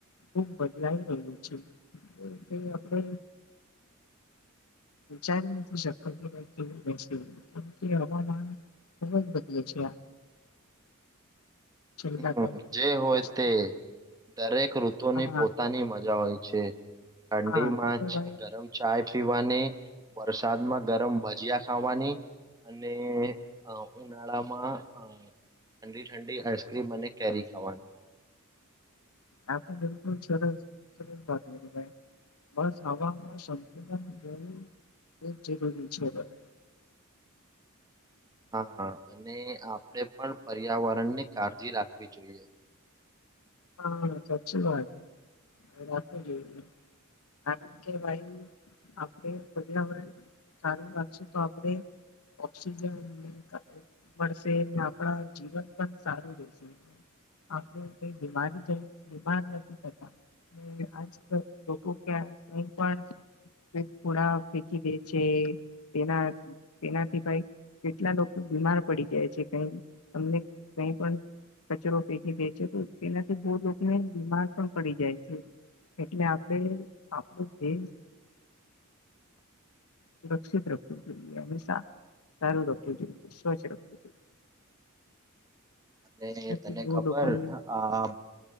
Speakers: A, on the left; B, on the right.
A: ખુબ બદલાઈ રહ્યું છે એ આપણે વિચારી નથી શકતો કે ભાઈ કેવું બેસી કાર કે હવામાન ખૂબ જ બદલે છે છેલ્લા
B: હમ
A: ત્રણ
B: જે હોય
A: વર્ષથી
B: તે દરેક ઋતુની
A: હા
B: પોતાની મજા હોય છે. ઠંડીમાં
A: હા એ તો ભાઈ
B: ગરમ ચાય પીવાની વરસાદ માં ગરમ ભજીયા ખાવાની અને ઉનાળામાં ઠંડી ઠંડી આઈસ છકરી મ અને કેરી ખાવાની
A: આ તો બિલકુલ સરસ સરસ ભાગ લ ભાઈ બસ હવામાં સંતુલન રહેવું એ જ જરૂરી છે બસ
B: <inaudible> હા અને આપણે પણ પર્યાવરણ ને કાળજી રાખવી જોઈએ
A: હા સાચી વાત રાખવી જોઇએ કારણ કે ભાઈ આપણે પર્યાવરણ સારું રાખશું તો આપડણે ઓક્સિજન મળશે આપણા જીવન પણ સારું રહેશે- <inaudible> બીમારી બીમાર નથી થતા એ આજ લોકો ક્યાં કઈ પણ ઘોડા ફેંકી દે છે તેના તેનાથી ભાઈ કેટલા લોકો બીમાર પડી જાય છે કઈ તમને ક પણ કચરો પેકી દે છે તો તેનાથી બહ લોકોને બીમાર પણ પડી જાય છે એટલે આપડે આપણું દેશ
B: <inaudible>
A: સુરક્ષિત રખવું જોઈએ અને સા સારું રખવું જોઈએ સ્વચ્છ રખવું જોઈએ.
B: અને
A: એનાથી
B: તને
A: બહુ
B: ખબર
A: લોકોને
B: આ